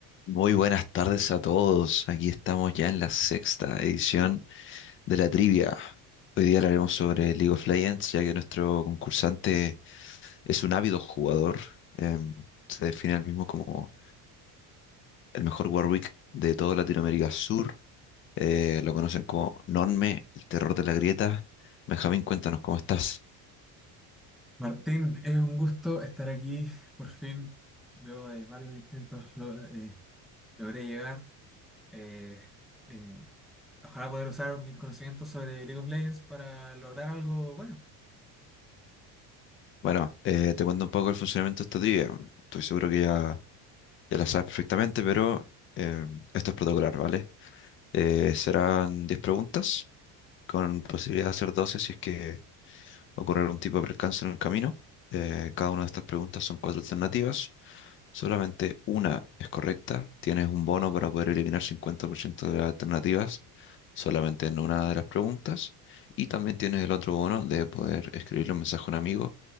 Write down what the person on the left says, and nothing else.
Muy buenas tardes a todos. Aquí estamos ya en la sexta edición de la trivia. Hoy día hablaremos sobre League of Legends, ya que nuestro concursante es un ávido jugador. Em, se define él mismo como el mejor Warwick de toda Latinoamérica Sur. Eh, lo conocen como Nonme, el terror de la grieta. Benjamín, cuéntanos cómo estás.
Bueno, eh, te cuento un poco el funcionamiento de esta trivia. Estoy seguro que ya, ya la sabes perfectamente, pero em, esto es protocolar, ¿vale? Eh, serán 10 preguntas, con posibilidad de hacer 12 si es que ocurre algún tipo de percance en el camino. Eh, cada una de estas preguntas son cuatro alternativas. Solamente una es correcta. Tienes un bono para poder eliminar 50% de las alternativas solamente en una de las preguntas. Y también tienes el otro bono de poder escribirle un mensaje a un amigo,